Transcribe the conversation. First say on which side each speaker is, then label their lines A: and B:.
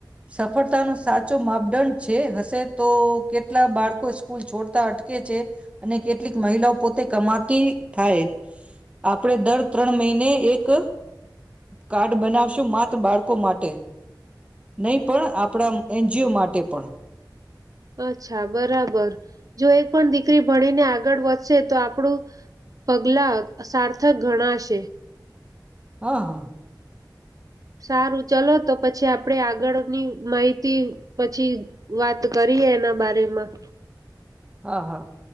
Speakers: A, on the right; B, on the right.
A: સફળતાનો સાચો માપદંડ છે, હશે તો કેટલા બાળકો સ્કૂલ છોડતા અટકે છે, અને કેટલીક મહિલાઓ પોતે કમાતી થાય આપણે દર ત્રણ મહિને એક કાર્ડ બનાવશું માત્ર બાળકો માટે નહી પણ આપણા એનજીઓ માટે પણ
B: અચ્છા બરાબર જો એક પણ દીકરી ભણીને આગળ વધ તો આપડું પગલા સાર્થક ઘણાશે
A: હા હા.
B: સારું ચલો તો પછી આપડે આગળની માહિતી પછી વાત કરીએ એના બારેમાં
A: હા હા.